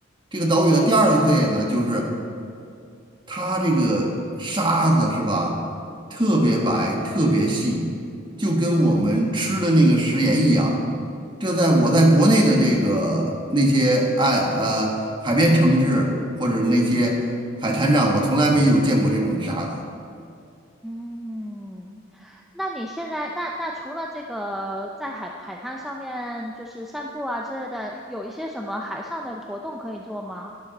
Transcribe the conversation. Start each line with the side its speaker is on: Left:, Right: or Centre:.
Right: 这个岛屿的第二个特点呢，就是它这个沙子是吧，特别白，特别细，就跟我们吃的那个食盐一样。这在我在国内的这个那些爱呃海边城市或者那些海滩上，我从来没有见过这种沙子
Centre: 嗯。那你现在那那除了这个在海海滩上面就是散步啊之类的，有一些什么海上的活动可以做吗？